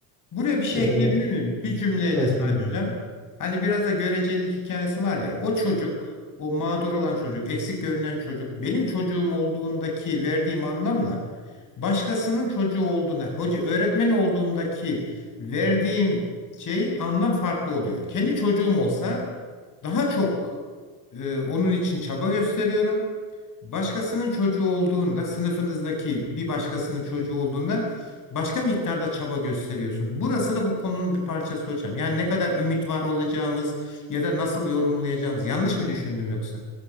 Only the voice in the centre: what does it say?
E,
evet
buyurun.